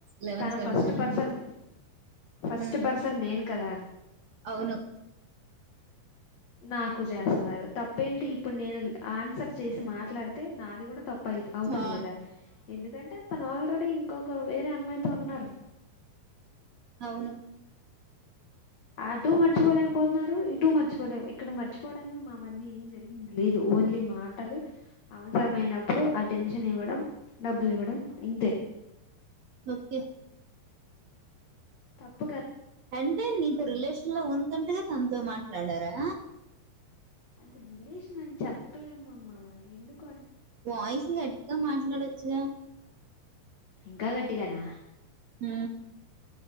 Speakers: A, on the right; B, on the left.
A: లెవెన్
B: తను
A: సెవెంటీన్
B: ఫస్ట్
A: అయింది
B: పర్సన్ ఫస్ట్
A: ఉమ్
B: పర్సన్ నేను కదా
A: అవును
B: నాకు జేస్తన్నారు తప్పేంటి ఇప్పుడు నేను ఆన్సర్ చేసి మాట్లాడితే నాది గుడా తప్ప అయి అవుతది
A: ఆ
B: గదా ఎందుకంటే తను ఆల్రెడీ ఇంకొక వేరే అమ్మాయితో ఉన్నారు
A: అవును
B: అటూ మర్చిపోలేకపోతున్నారు ఇటూ మర్చిపోలేకపో ఇక్కడ మర్చిపోవడానికి మా మధ్య ఏం జరిగింది లేదు ఓన్లీ మాటలు అవసరమైనప్పుడు అటెన్షన్ ఇవ్వడం డబ్బులు ఇవ్వడం ఇంతే
A: ఒకే
B: తప్
A: అంటే నీతో రిలేషన్ లో ఉతుంటగా తనతో మాట్లాడారా
B: అది రిలేేషన్ అని చెప్పలేమమ్మ ఎందుక్
A: వాయిసు గట్టిగా మాట్లాడచ్చు గా
B: ఇంకా గట్టిగానా
A: ఊ